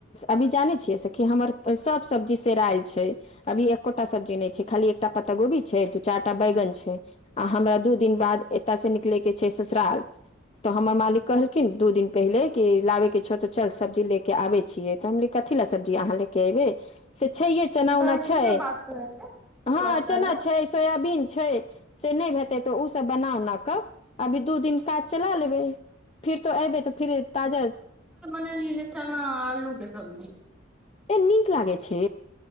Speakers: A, on the left; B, in the centre.
A: अभी जानै छियै, साखी हमर सभ सब्जी सेरायाल छै। अभी एकोटा सब्जी नहि छै, खाली एकटा पत्ता गोभी छै, दू चारिटा बैंगन छै। आ हमरा दू दिन बाद एतय से निकलय के छै ससुराल तऽ हमर मालिक कहलखिन दू दिन पहिले कि लाबे के छ त चल सब्जी ले के आबे छियै तऽ हमरे कथी लए सब्जी अहाँ ले के एबै से छैे
B: आ
A: चना उना
B: ठीके
A: छै
B: बात कहै छै ठीके
A: हँ
B: बात कहलौ
A: चना छै सोयबीन छै से नहि हेतै तऽ ओसभ बना उना कऽ अभी दू दिन काज चला लेबै फिर तो एबै तऽ फिर ताजा
B: ने ली ले चना आलू के सब्जी
A: ए नीक लागे छै